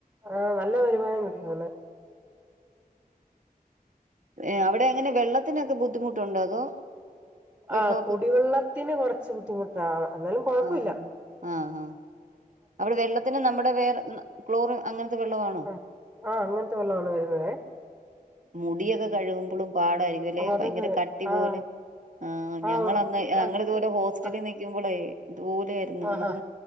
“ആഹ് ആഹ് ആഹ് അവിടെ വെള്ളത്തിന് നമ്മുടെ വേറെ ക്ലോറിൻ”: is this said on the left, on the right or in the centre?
Right